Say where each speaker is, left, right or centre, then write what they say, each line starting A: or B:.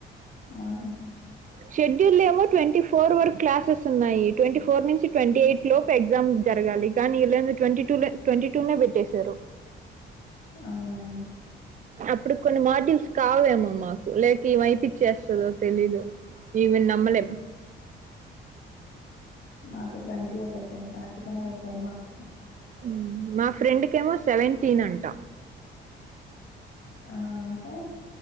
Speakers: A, on the left (about 65°); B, on the right (about 40°).
A: ఆహా
B: షెడ్యూల్ లో ఏమో ట్వంటీ ఫోర్ వరకు క్లాసెస్ ఉన్నాయి ట్వంటీ ఫోర్ నుంచి ట్వంటీ ఎయిట్ లోప్ ఎగ్జామ్ జరగాలి కానీ ఇలందో ట్వంటీ టూ ట్వంటీ టూనే పెట్టేశారు
A: అవునా
B: అప్పుడు కొన్ని మాడుల్స్ కావాలేమో మాకు లేక ఈమె ఏపీచేస్తదో తెలీదు ఈమెను నమ్మలేం
A: మాకు ట్వంటీగా పెట్టారు కరెక్ట్ గానే పెట్టారు మాకు
B: హుము మా ఫ్రెండ్కేమో సెవెంటీన్ అంట
A: ఆ అంటే